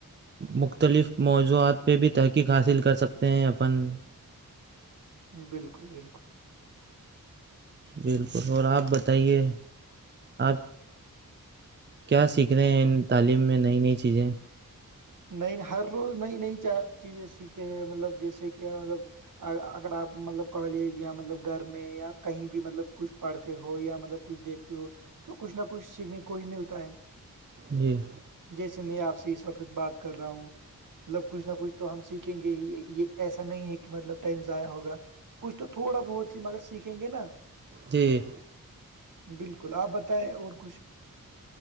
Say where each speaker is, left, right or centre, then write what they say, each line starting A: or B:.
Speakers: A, on the right; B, on the right.
A: مختلف موضوعات پہ بھی تحقیق حاصل کر سکتے ہیں اپن
B: بالکل بالکل
A: بالکل اور آپ بتائیے آپ کیا سیکھ رہے ہیں ان تعلیم میں نئی نئی چیزیں
B: ن ہر روز نئی نئی چیزیں سیکھتے ہیں مطلب جیسے کہ مطلب اگر آپ مطلب کالج یا مطلب گھر میں یا کہیں بھی مطلب کچھ پڑھتے ہو یا مطلب کچھ دیکھتے ہو تو کچھ نہ کچھ سیکھنے کو ہی ملتا ہے
A: جی
B: جیسے میں آپ سے اس وقت بات کر رہا ہوں مطلب کچھ نہ کچھ تو ہم سیکھیں گے ہی یہ ایسا نہیں ہے کہ مطلب ٹائم ضائع ہوگا کچھ تو تھوڑا بہت ہی مگر سیکھیں گے نا
A: جی
B: بالکل آپ بتائیں اور کچھ